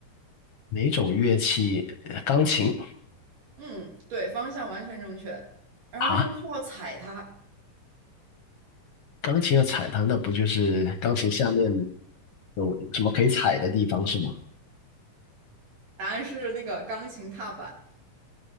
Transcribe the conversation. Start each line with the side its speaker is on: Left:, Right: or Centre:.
Left: 哪种乐器？呃钢琴
Right: 嗯，对，方向完全正确。然后又需要踩它，
Left: 啊，钢琴要踩它，那不就是钢琴下面有有什么可以踩的地方是吗？
Right: 答案是那个钢琴踏板。